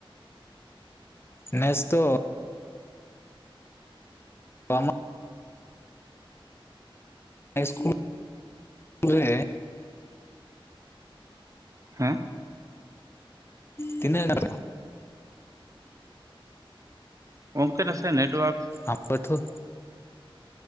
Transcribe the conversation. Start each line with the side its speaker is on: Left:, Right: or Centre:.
Left: ᱱᱮᱥ ᱛᱚ ᱟᱢᱟᱜ ᱱᱮᱥ ᱠᱩᱲ ᱨᱮ
Right: ᱦᱮᱸ
Left: ᱛᱤᱱᱟ ᱜᱟᱱ
Right: ᱜᱚᱢᱠᱮ ᱱᱟᱥᱮ ᱱᱮᱴᱣᱟᱨᱠ
Left: ᱟ ᱯᱟᱹᱴᱷᱣᱟᱹ